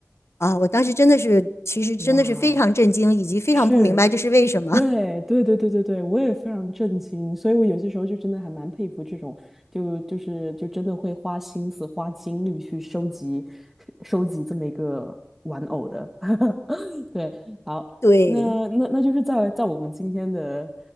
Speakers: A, on the left; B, in the centre.
A: 啊，我当时真的是，其实真的是非常震惊，
B: 哇
A: 以及非常不明白这是为什么。
B: 是。对对对对对对，
A: <laughs>
B: 我也非常震惊，所以我有些时候就真的还蛮佩服这种，就就是就真的会花心思、花精力去收集、<laughs> 收集这么一个玩偶的。<laughs> 对，好，
A: 对，
B: 那那那就是在在我们今天的